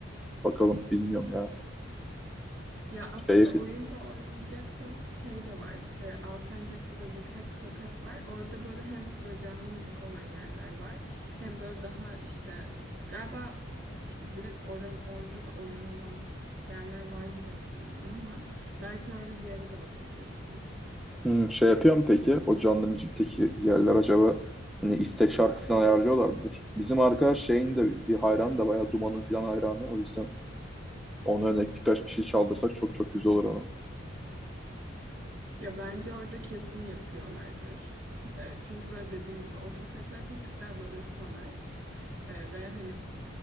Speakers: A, in the centre; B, on the right.
A: Bakalım bilmiyorum ya.
B: Ya aslında
A: Şey,
B: oyunda oynayacaksanız şey de var. E, Alsancak'ta böyle birkaç sokak var. Orada böyle hem böyle canlı müzik olan yerler var. Hem böyle daha işte galiba işte direkt oran orada da oyun olan yerler var gibi hatırladım ama belki öyle bir yere de bakabilirsiniz.
A: Hmm, şey yapıyor mu peki? O canlı müzikteki yerler acaba hani istek şarkı falan ayarlıyorlar mıdır? Bizim arkadaş şeyin de bir hayranı da bayağı Duman'ın falan hayranı. O yüzden ona örnek birkaç bir şey çaldırsak çok çok güzel olur ama.
B: Ya bence orada kesin yapıyorlardır. E, çünkü böyle dediğim gibi o sokaklar bir tık daha böyle salaş E, ve hani